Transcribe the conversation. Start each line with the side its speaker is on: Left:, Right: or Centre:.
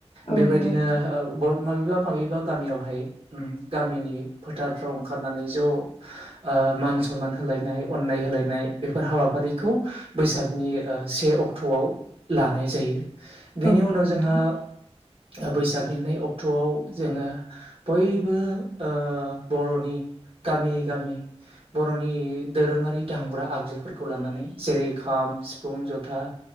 Left: औ
Right: बेबायदिनो
Left: नंगौ नोंथां
Right: ओ बो माबेबा माबेबा गामियावहाय उ गामिनि फोथारफ्राव ओंखारनानै ज' ओ ओ मान सनमान होलायनाय अननाय होलायनाय बेफोर हाबाफारिखौ बैसागनि ओ से अक्ट' फुंआव लानाय जायो बेनि
Left: औ नंगौ
Right: उनाव
Left: नोंथां
Right: जोंहा ओ बैसाबिनाय अक्ट'आव जोङो बयबो ओ बर'नि गामि गामि बर'नि दोरोङारि दाहामांग्रा आगजुफोरखौ लानानै जेरै खाम सिफुं जथा